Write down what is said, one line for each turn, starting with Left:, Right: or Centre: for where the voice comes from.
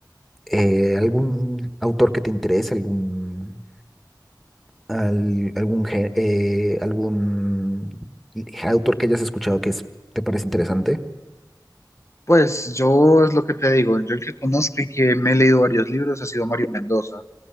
Centre: eh, algún autor que te interese, algún, al- algún, gé- eh, algún autor que hayas escuchado que es, te parece interesante.
Left: Pues yo es lo que te digo, yo el que conozco y que me he leído varios libros ha sido Mario Mendoza.